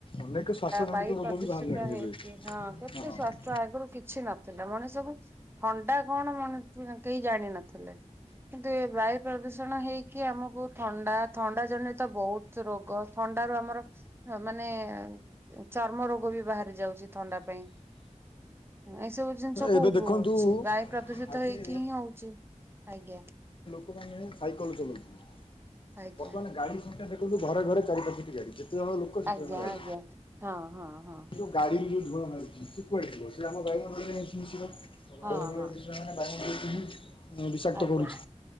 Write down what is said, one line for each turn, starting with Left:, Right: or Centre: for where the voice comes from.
Left: ଅନେକ ଶ୍ୱାସଜନିତ
Right: ବାୟୁ
Left: ରୋଗ
Right: ପ୍ରଦୂଷିତ
Left: ବି ବାହାରିଲାଣି
Right: ହେଇଛି
Left: ଏବେ
Right: ହଁ କେତେ
Left: ହଁ
Right: ସ୍ଵାସ୍ଥ୍ୟ ଆଗରୁ କିଛି ନଥିଲା ମଣିଷ ସବୁ ଥଣ୍ଡା କଣ ମାନେ କେହି ଜାଣିନଥିଲେ‌। କିନ୍ତୁ ଏ ବାୟୁ ପ୍ରଦୂଷଣ ହେଇକି ଆମକୁ ଥଣ୍ଡା ଥଣ୍ଡା ଜନିତ ବହୁତ ରୋଗ ଥ ଅଣ୍ଡାରୁ ଆମର ମାନେ ଚର୍ମ ରୋଗ ବି ବାହାରି ଯାଉଛି ଥଣ୍ଡା ପାଇଁ ଏ ସବୁ ଜିନିଷ
Left: ଏବେ
Right: କୋଉଠୁ
Left: ଦେଖନ୍ତୁ
Right: ହୋଉଚି ବାୟୁ ପ୍ରଦୂଷିତ
Left: ଆଗେ
Right: ହେଇକି ହିଁ ହୋଉଚି ଆଜ୍ଞା ସେ
Left: ନେ ସାଇକଲ ଚଲୋଉଥିଲେ।
Right: ଆଜ୍ଞା
Left: ବର୍ତ୍ତମାନ ଗାଡି ସଂଖ୍ୟା ଦେଖନ୍ତୁ ଘରେ ଘରେ ଚାରି ପାଞ୍ଚଟି ଗାଡି। ଯେତେ ଜଣ ଲୋକ ସେତେ
Right: ଆଜ୍ଞା
Left: ଖଣ୍ଡ ଗାଡି।
Right: ଆଜ୍ଞା ହଁ ହଁ ହଁ
Left: ଏଇ ଯୋଉ ଗାଡି ୟୁଜ ଧୂଆଁ ବାହାରୁଚି ସିଏ କୁଆଡେ ଜୀବ ସିଏ ଆମ ବାୟୁମଣ୍ଡଳରେ ହିଁ ମିଶିବ ତ ବାୟୁଣ୍ଡଳରେ
Right: ହଁ ହଁ।
Left: ମିଶିଲା ମାନେ ବାୟୁ <inaudible> ବିଷାକ୍ତ
Right: ଆଜ୍ଞା
Left: କରୁଚି